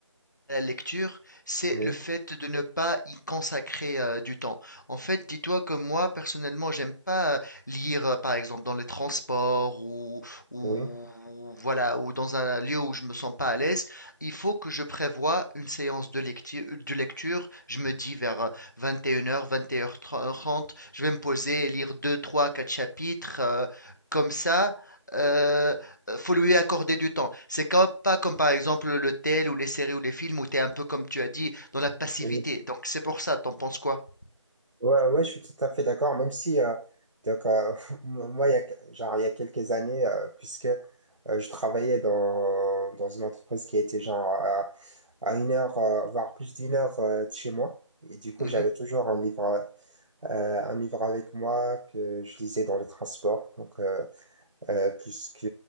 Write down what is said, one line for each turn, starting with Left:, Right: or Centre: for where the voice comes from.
Left: la lecture, c'est
Right: oui
Left: le fait de ne pas y consacrer euh, du temps. En fait, dis-toi que moi, personnellement, j'aime pas euh, lire, euh, par exemple, dans les transports ou, ou
Right: Oui,
Left: voilà, ou dans un lieu où je me sens pas à l'aise. Il faut que je prévoie une séance de lecture, de lecture. Je me dis vers euh, 21h, heures vingt et une heures trente. je vais me poser et lire 2, 3, 4 chapitres, euh, comme ça. euh, euh, faut lui accorder du temps. C'est comme, pas comme par exemple le tel ou les séries ou les films où tu es un peu comme tu as dit dans la passivité.
Right: oui.
Left: Donc c'est pour ça, t'en penses quoi?
Right: Ouais, ouais, je suis tout à fait d'accord, même si, euh, donc, euh, <laughs> moi, il y a, que- genre, il y a quelques années, euh, puisque euh, je travaillais dans, dans une entreprise qui était genre à, à une heure, euh, voire plus d'une heure euh, de chez moi, et du coup,
Left: Mhm.
Right: j'avais toujours un livre, euh, un livre avec moi que je lisais dans les transports, donc, euh, Euh, puisque,